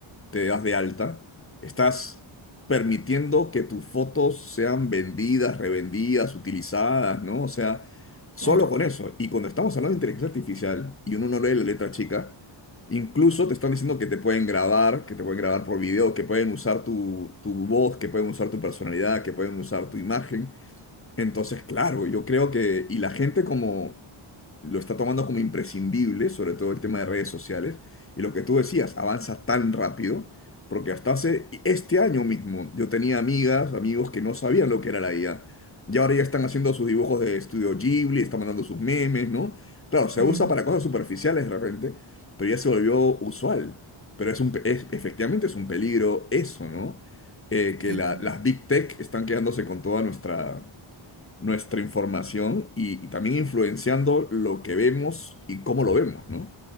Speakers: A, on the left (about 25°); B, on the right (about 40°).
A: te das de alta, estás permitiendo que tus fotos sean vendidas, revendidas, utilizadas, ¿no? O sea, solo
B: Claro.
A: con eso. Y cuando estamos hablando de inteligencia artificial y uno no lee la letra chica, incluso te están diciendo que te pueden grabar, que te pueden grabar por video, que pueden usar tu, tu voz, que pueden usar tu personalidad, que pueden usar tu imagen. Entonces, claro, yo creo que, y la gente como lo está tomando como imprescindible, sobre todo el tema de redes sociales, y lo que tú decías, avanza tan rápido, porque hasta hace este año mismo yo tenía amigas, amigos que no sabían lo que era la IA, y ahora ya están haciendo sus dibujos de estudio Ghibli, están mandando sus memes, ¿no? Claro, se
B: Mm,
A: usa para cosas superficiales de repente, pero ya se volvió usual, pero es un, pe- es- efectivamente es un peligro eso, ¿no? Eh,
B: sí,
A: que la- las big tech están quedándose con toda nuestra, nuestra información y, y también influenciando lo que vemos y cómo lo vemos, ¿no?